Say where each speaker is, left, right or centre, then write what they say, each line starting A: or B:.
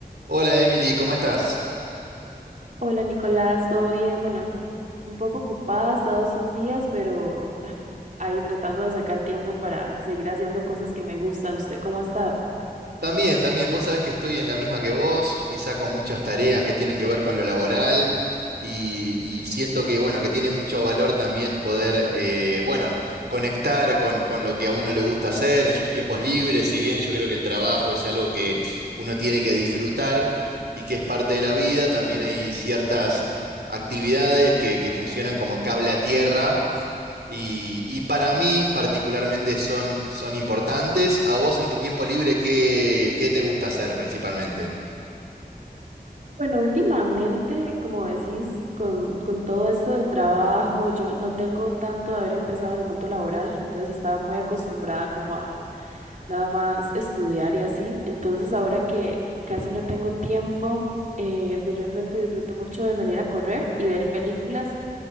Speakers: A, on the right; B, on the right.
A: Hola Emily, ¿cómo estás?
B: Hola Nicolás, ¿todo bien? Bueno, un poco ocupada, todos estos días, pero <laughs> ahí tratando de sacar tiempo para seguir haciendo cosas que me gustan. ¿Usted cómo ha estado?
A: También, también, vos sabés que estoy en la misma que vos, quizá con muchas tareas que tienen que ver con lo laboral y, y siento que, bueno, que tiene mucho valor también poder, eh, bueno, conectar con, con lo que a uno le gusta hacer en sus tiempos libres, si bien yo creo que el trabajo es algo que uno tiene que disfrutar y que es parte de la vida, también hay ciertas actividades que, que funcionan como cable a tierra Y, y para mí particularmente son, son importantes. ¿A vos en tu tiempo libre qué, qué te gusta hacer principalmente?
B: Bueno, últimamente, como decís, con, con todo esto del trabajo, yo no tengo tanto de haber empezado en el mundo laboral, entonces estaba muy acostumbrada como a nada más estudiar y así. Entonces ahora que casi no tengo tiempo, eh, pues realmente disfruto mucho de salir a correr y ver películas